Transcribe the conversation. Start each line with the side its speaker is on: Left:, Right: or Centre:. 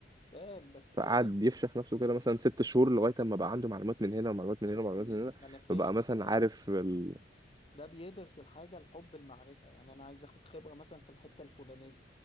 Left: فاهم بس
Right: فقعد يفشخ نفسه كده مثلا ست شهور لغايه ما بقى عنده معلومات من هنا ومعلومات من هنا ومعلومات
Left: م-
Right: من هنا
Left: ما انا فاهم
Right: فبقى مثلا عارف ال...
Left: ده بيدرس الحاجة الحب المعرفة يعني أنا عايز أخد خبرة مثلا في الحتة الفلانية